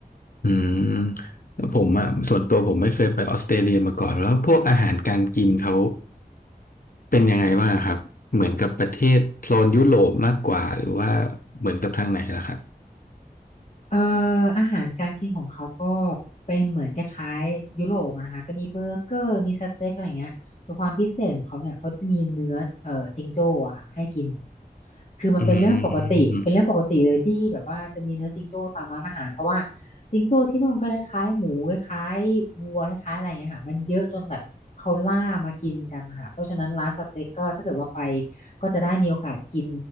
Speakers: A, on the left (about 60°); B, on the left (about 45°).
A: อืมผมอ่ะส่วนตัวผมไม่เคยไปออสเตรเลียมาก่อนแล้วพวกอาหารการกินเขาเป็นยังไงบ้างครับเหมือนกับประเทศโซนยุโรปมากกว่าหรือว่าเหมือนกับทางไหนล่ะครับ
B: เอ่ออาหารการกินของเขาก็เป็นเหมือนคล้ายๆยุโรปอะนะคะจะมีเบอร์เกอร์มีสเต็กอะไรอย่างเงี้ยแต่ความพิเศษของเขาเนี่ยเขาจะมีเนื้อเอ่อจิงโจ้อะค่ะให้กินคือมันเป็นเรื่องปกติเป็นเรื่องปกติเลยที่แบบว่าจะมีเนื้อจิงโจ้ตามร้านอาหารเพราะว่า
A: อืม
B: จิงโจ้ที่นู่นก็คล้ายๆหมูคล้ายๆวัวคล้ายๆอะไรอย่างเงี้ยค่ะมันเยอะจนแบบเขาล่ามากินกันนะคะเพราะฉะนั้นร้านสเต็กก็ถ้าเกิดว่าไป ก็จะได้มีโอกาสกิน